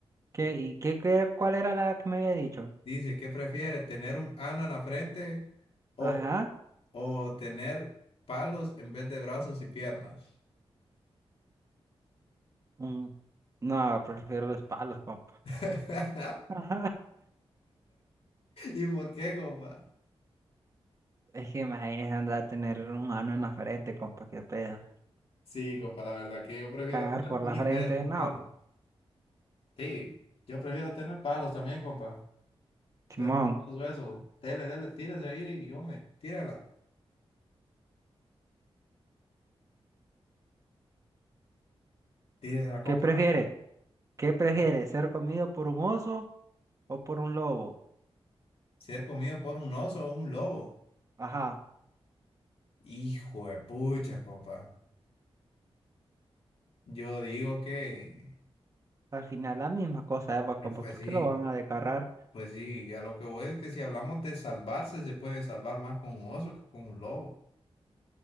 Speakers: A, on the right (about 35°); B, on the left (about 70°).
A: ¿Qué, y qué, qué- cuál era la que me había dicho?
B: Dice, ¿qué prefiere, tener un ano en la frente o,
A: Ajá.
B: o tener palos en vez de brazos y piernas?
A: mm, no, prefiero los palos, compa.
B: <laughs>
A: <laughs>
B: ¿Y por qué, compa?
A: Es que imagínese andar a tener un ano en la frente, compa, qué pedo.
B: Sí, compa, la verdad que yo prefiero
A: Cagar
B: tener
A: por
B: mil
A: la frente,
B: veces un
A: no.
B: palo. Sí, yo prefiero tener palos también, compa.
A: Simón,
B: vergonzoso eso. Dele, dele, tírese ahí y hombre, tírala. Tírese compa.
A: ¿qué prefiere? ¿Qué prefiere?
B: ¿no?
A: ¿Ser comido por un oso o por un lobo?
B: Ser comido por un oso o un lobo.
A: Ajá.
B: Hijo de pucha, compa. Yo digo que,
A: Al final la misma cosa, Eva, compa,
B: pues
A: ¿por
B: sí,
A: qué lo van a desgarrar?
B: pues sí, a lo que voy es que si hablamos de salvarse, se puede salvar más con un oso que con un lobo.